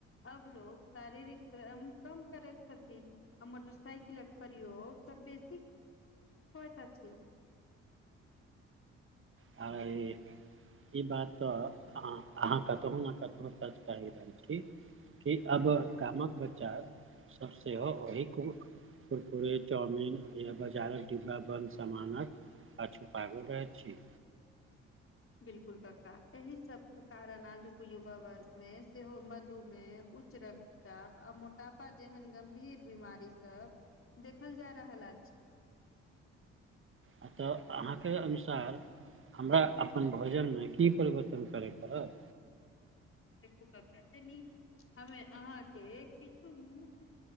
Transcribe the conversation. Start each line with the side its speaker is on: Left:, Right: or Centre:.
Left: अब लोक शारीरिक श्रम कम करैत छथि आ मोटरसाइकिलक प्रयोग सब बेसी होइत अछि।
Right: ह आइ ई बात तऽ अहाँ कतहु न कतहु सच कहि रहल छी। कि अब गामक बच्चा सब सेहो ओहि कु कुरकुरे, चाउमिन या बाजारक डिब्बा बन्द समानक पाछू पागल रहैत छी।
Left: बिल्कुल कक्का एहि सब के कारण आजुक युवा वर्ग में सेहो मधुमेह उच्च रक्त चाप आ मोटापा जेहन गंभीर बीमारी सब देखल जा रहल आछि।
Right: हँ तऽ अहाँके अनुसार हमरा अपन भोजन में की परिवर्तन करै पड़त।
Left: देखू कक्का एत्ते नीक हमें अहाँके किछु नीक